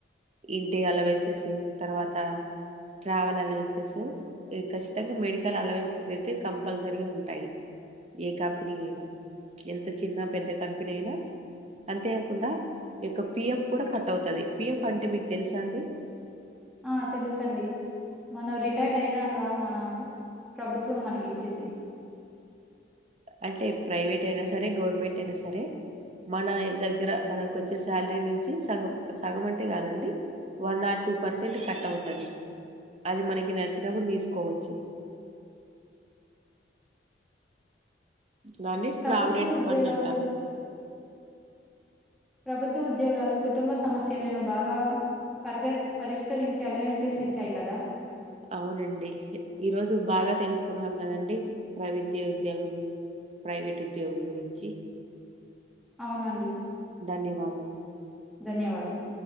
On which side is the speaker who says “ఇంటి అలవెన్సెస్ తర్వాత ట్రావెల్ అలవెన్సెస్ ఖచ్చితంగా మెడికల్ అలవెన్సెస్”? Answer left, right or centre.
Right